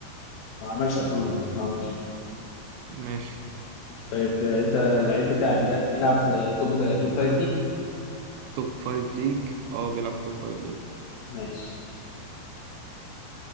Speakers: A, on the left; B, on the right.
A: ما عملش أظن لا ما عملش
B: ماشي
A: طيب آه، انت اللعيب بتاعك ده بيلعب في توب توب فايف ليج
B: توب فايف ليج اه بيلعب في توب فايف ليج
A: ماشي